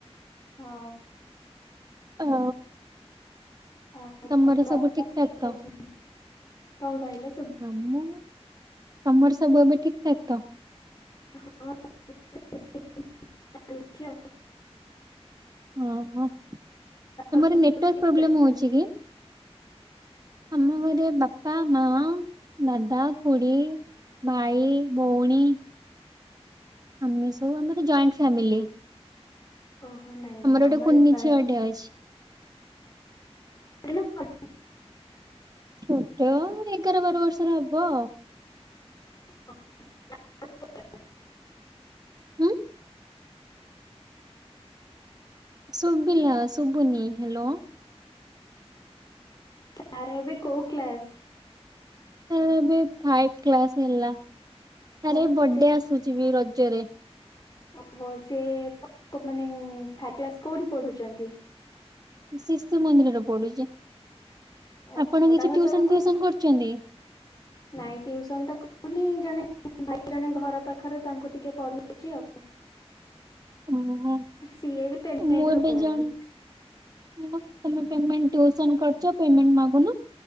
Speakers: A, on the left; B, on the right.
A: ହଁ।
B: ହ।
A: ଆଉ ଘରେ
B: ତମର ସବୁ ଠିକଠାକ୍
A: ଠିକ୍
B: ତ
A: ଅଛନ୍ତି? କଣ କହିଲ?
B: ଆମ ତମର ସବୁ ବି ଠିକ ଠାକ ତ
A: ହଁ।
B: ଓହୋ ତମର
A: ଘରେ
B: ନେଟାର୍
A: ସବୁ ଠିକ୍
B: ପ୍ରୋବଲେ
A: ଅଛନ୍ତି।
B: ହଉଛି କି? ଆମ ଘରେ ବାପା ମା ଦାଦା ଖୁଡି ଭାଇ ଭଉଣୀ। ଆମେ ସବୁ ଆମର ଜଏଣ୍ଟ ଫ୍ୟାମିଲି।
A: ଓହୋ ନାଇଁ ନାଇଁ ଆମର
B: ଗୋଟେ କୁନି
A: ଯହା
B: ଝିଅଟେ ଅଛି।
A: <unintelligible>
B: ଛୋଟ ଏଗାର ବାର ବର୍ଷର ହବ।
A: <inaudible>
B: ହୁଁ। ସୁପିଲ ସୁପନି ହ୍ୟାଲୋ।
A: ଚାରବେ କ କ୍ଲାସ୍?
B: ଆ ବି ଫାଇବ କ୍ଲାସ ହେଲା।
A: ଓହୋ
B: ଆରେ ବର୍ଡେ
A: ସେ
B: ଆସୁଛି ବି ରଜରେ
A: ଓହୋ ସେ ମାନ୍ କୋଉଠି ପଢଛନ୍ତି।
B: ଶିଶୁ ମନ୍ଦିରରେ ପଡୁଛି।
A: ଓହୋ
B: ଆପଣ କିଛି
A: ତାଙ୍କର
B: ଟ୍ୟୁସନ
A: ସବୁ କୋଉ
B: ଫ୍ୟସନ କରୁଛନ୍ତି।
A: ନାଇଁ ଟ୍ୟଉସନ ତ କହୁନି ଜଣେ ଭାଇ ଜଣେ ଘର ପାଖରୁ ତାଙ୍କୁ ଟିକେ ପଢଉଛି ଆଉ
B: ଓହୋ
A: ସିଏ ବି ପେମେଣ୍ଟ
B: ମୁଁ ଏବେ
A: ଦଉନାହାନ୍ତି।
B: ଜଣ ତମେଣ୍ ଟ୍ୟୁସନ୍ କଛ ପେମେଣ୍ଟ ମାଗୁନ?